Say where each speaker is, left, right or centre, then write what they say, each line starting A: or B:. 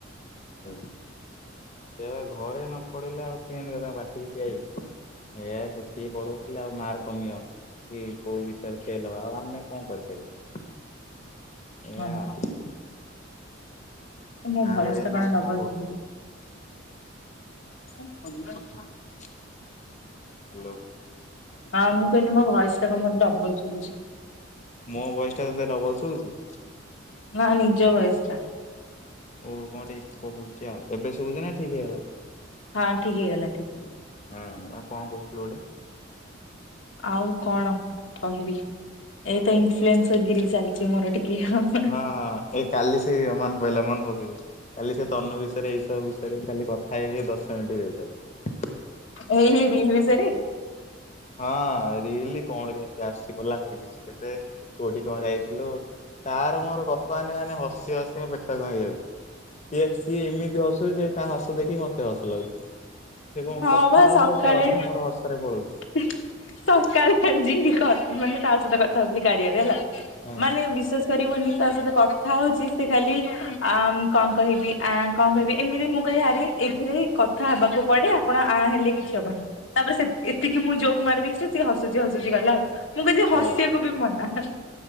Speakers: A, on the left; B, on the left.
A: <unintelligible> <unintelligible> ସେ ଘରେ ନ ପଡିଲେ ଆଉ କେନ୍ତି କେ ବାଟିକି ପିଆଇବି। ଏ ଆ ସେତିକି ପଢଉଥିଲି ଆଉ ମାର୍କ କମିବ। କି କୋଉ ବିଷୟ ରେ ଫେଲ୍ ହବ ଆଉ ଆମେ କଣ କରିପାରବୁ ଏୟା।
B: ହଁ ବା ମୋ
A: ଆଉ
B: ଭୟସ
A: ଏଇନା
B: ଟା କଣ ଡବଲ
A: କରୁ
B: ଶୁଭୁଚି। <inaudible>
A: <inaudible> ହ୍ୟାଲୋ।
B: ହଁ ମୁଁ କହିଲି ମୋ ଭୟସ ଟା କଁ ମ ଡବଲ୍ ଶୁଭୁଚି।
A: ମୋ ଭୟସ ଟା ତତେ ଡବଲ୍ ସୁଭୁଚି?
B: ନା ନିଜ ଭୟେସ୍ ଟା।
A: ଓ କଣ ଟିକେ ଇକୋ କହୁଛି ଆଉ ଏବେ ଶୁଭୁଛି ନା ଠିକ୍ ହେଇଗଲା?
B: ହଁ ଠିକ୍ ହେଇଗଲା ଠିକ
A: ହଁ ଆଉ କଣ କହୁଥିଲୁ ଗୋଟେ?
B: ଆଉ କଣ କହିବି ଏତ ଇନଫ୍ଲୁଏନ୍ସର ଗିରିି ଚାଲିଚି ମୋର ଟିକେ ଆଉ।
A: ହଁ ହଁ ଏଇ କାଲି ସେ ମନ ପଇଲା ମନ ପକେଇଦେଲୁ। ଖାଲି ସେ ତନୁ ବିଷୟରେ ଏଇସବୁ ବିଷୟରେ ଖାଲି କଥା ହେଇ ଦଶ ମିନିଟ <unintelligible>
B: ଏଇ ରିଲ୍ ବିଷୟରେ?
A: ହଁ ରିଲି କଣ କେମିତି ଆସୁଚି କୋଲାବ୍ କରିବି କେତେ କୋଉଠି କଣ ଯାଇଥିଲୁ ତାର ମୋର ଗପ ମାନେ ମାନେ ହସି ହସି ମୋ ପେଟ କଁ ହେଇ ଯାଉଚି। ସିଏ ସିଏ ଏମିତି ହସୁଚି ଯେ ତା ହସ ଦେଖିକି ମତେ ହସ ଲାଗୁଚି। ସେ କଣ
B: ହଁ
A: କଥା
B: ବା
A: ହବ
B: ସକାଳେ
A: ସେ ଅଧା ଆମର ମର ହସ ରେ ପଳଉଚି।
B: <unintelligible> ତା ସହିତ କଥା ହଉଥିଲି କାରିଆରେ ହେଲା।
A: ହଁ
B: ମାନେ ବିଶେଷ କରିବୁନି, ତା ସହିତ କଥା ହଉଚି ସେ ଖାଲି ଆ କଣ କହିବି ଆ କଣ କହିବି ଏମିତି ମୁଁ କହିଲି ଆାରେ ଏଇଥିରେ କଥା ହେବାକୁ ପଡେ ଆପଣ ଆ ହେଲେ କିଛି ହବନି। ତାପରେ ସେ ସେତିକି ମୁଁ ଜୋକ ମାରି ଦେଇଛି, ସିଏ ହସୁଛି ହସୁଛି ଗଲା, ଆଉ ମୁଁ କିଛି
A: ହଁ
B: ହସିବାକୁ ବି ମନା।